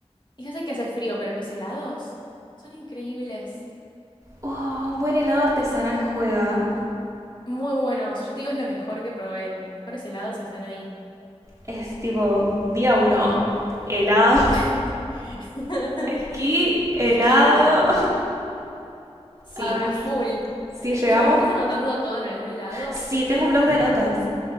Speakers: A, on the left (about 45°); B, on the right (about 30°).
A: Y ya sé que hace frío, pero los helados son increíbles.
B: Oh, un buen helado artesanal juega.
A: Muy buenos. Yo te digo, es lo mejor que probé. Los mejores helados están ahí.
B: Es tipo día uno. Helado.
A: <laughs>
B: <laughs> Esquí, helado.
A: Esquí helado. Sí,
B: A ver
A: a full.
B: si
A: Escúchame,
B: llegamos.
A: ¿vos estás anotando todo en algún lado?
B: Sí,
A: Si está
B: tengo
A: en
B: un
A: un...
B: blog de notas.